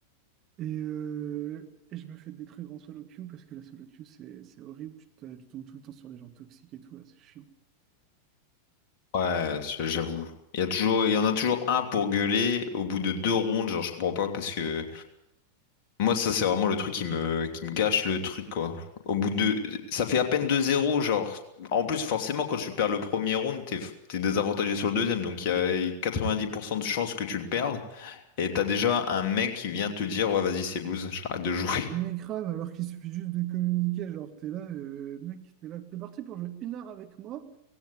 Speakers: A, on the right (about 35°); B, on the left (about 45°).
A: Et, euh, et je me fais détruire en solo queue parce que la solo queue, c'est c'est horrible. Tu, te- tu tombes tout le temps sur les gens toxiques et tout, là, c'est chiant.
B: Ouais, je- j'avoue. Il y a toujours, il y en a toujours un pour gueuler au bout de deux rondes, genre je comprends pas parce que moi ça c'est vraiment le truc qui me qui me gâche le truc quoi. Au bout de ça fait à peine deux 0 genre en plus forcément quand tu perds le premier round, t'es t'es désavantagé sur le deuxième donc il y a 90% de chances que tu le perdes et t'as déjà un mec qui vient te dire ouais vas-y c'est lose, j'arrête de jouer.
A: Mais
B: <laughs>
A: grave, alors qu'il suffit juste de communiquer, genre, t'es là, euh, mec, t'es là, t'es parti pour jouer une heure avec moi,